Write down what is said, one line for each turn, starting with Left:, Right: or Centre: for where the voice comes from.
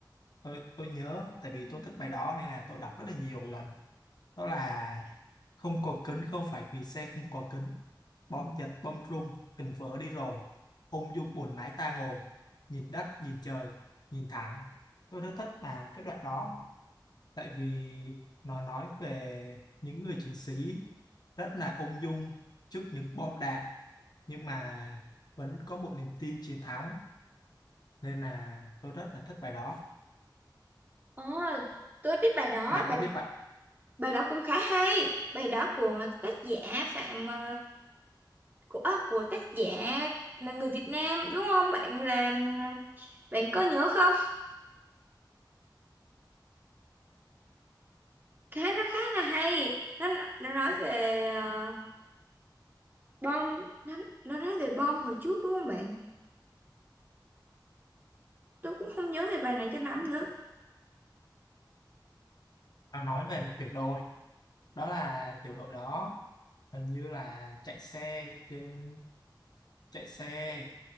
Left: tôi tôi nhớ tại vì
Right: Ừ.
Left: tôi thích bài đó nên là tôi đọc rất là nhiều lần. đó là không có kính không phải vì xe không có kính bom giật bom rung tình vỡ đi rồi ung dung buồn lái ta ngồi nhìn đất nhìn trời nhìn thẳng tôi rất thích là cái đoạn đó tại vì nó nói về những người chiến sĩ rất là ung dung trước những bom đạn nhưng mà vẫn có một niềm tin chiến thắng nên là tôi rất là thích bài đó
Right: Ờ, tôi biết bài đó,
Left: bạn
Right: bài,
Left: có biết bạn
Right: bài đó cũng khá hay. Bài đó của tác giả Phạm ờ, của à, của tác giả là người Việt Nam đúng không? Bạn làm ờ, bạn có nhớ không? cái nó khá là hay nó nó nói về ờ, bom nó nó nói về bom hồi trước đúng không bạn tôi cũng không nhớ về bài này cho lắm nữa
Left: nó nói về một tiểu đội đó là tiểu đội đó hình như là chạy xe trên chạy xe